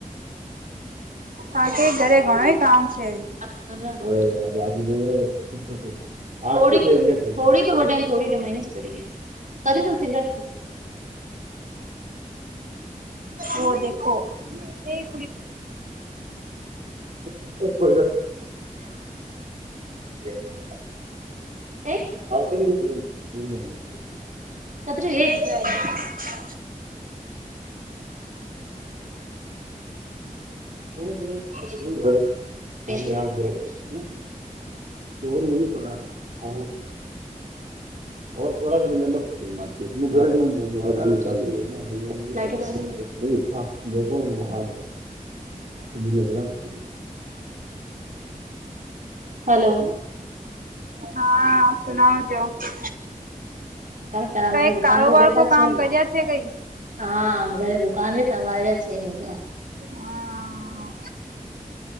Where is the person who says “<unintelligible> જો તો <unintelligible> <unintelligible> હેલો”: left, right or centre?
Right